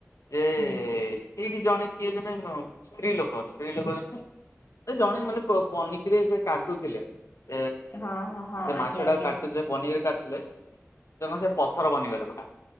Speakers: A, on the left (about 90°); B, on the left (about 55°).
A: ଯେ
B: ହୁଁ।
A: ଏଇ ଜଣେ କିଏ ଜଣେ ସ୍ତ୍ରୀ ଲୋକ ସ୍ତ୍ରୀ ଲୋକ ଜଣେ ଜଣେ ମାନେ ବ ସେ କାଟୁଥିଲେ ଏ
B: ହଁ ହଁ ହଁ
A: ଯେ
B: ଆଜ୍ଞା
A: ମାଛ
B: ଆଜ୍ଞା
A: ଟା କାୁ ଯେ ପନି କାଟୁ ତ ସେ ପଥର ବନିଗଲେ ପୋଟା